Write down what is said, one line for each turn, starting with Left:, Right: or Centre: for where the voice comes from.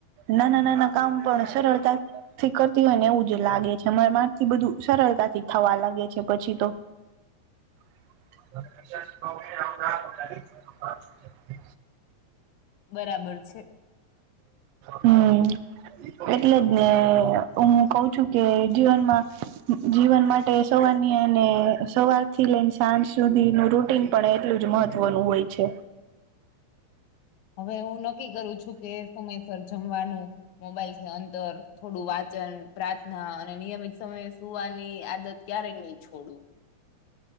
Right: નાના નાના કામ પણ સરળતા થી કરતી હોય ને એવું જ લાગે છે. મન મારથી બધું સરળતાથી થવા લાગે છે પછી તો. <inaudible>
Left: બરાબર છે.
Right: હમ્મ. એટલે જ ને, હું કઉ છું, કે જીવનમાં જીવન માટે સવારની અને સવારથી લઈને સાંજ સુધીનું રૂટીન પણ એટલું જ મહત્વનું હોય છે.
Left: હવે હું નક્કી કરું છું, કે સમયસર જમવાનું મોબાઈલથી અંદર થોડું વાંચન, પ્રાર્થના અને નિયમિત સમયે સૂવાની આદત ક્યારે નહીં છોડું.